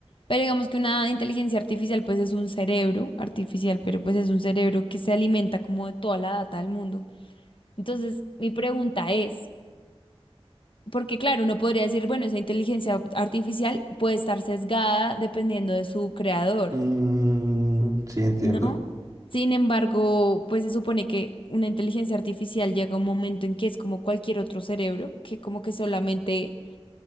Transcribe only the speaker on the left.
Pero digamos que una inteligencia artificial, pues es un cerebro artificial, pero pues es un cerebro que se alimenta como de toda la data del mundo. Entonces, mi pregunta es... Porque claro, uno podría decir, bueno, esa inteligencia artificial puede estar sesgada dependiendo de su creador,
¿no? Sin embargo, pues se supone que una inteligencia artificial llega a un momento en que es como cualquier otro cerebro, que como que solamente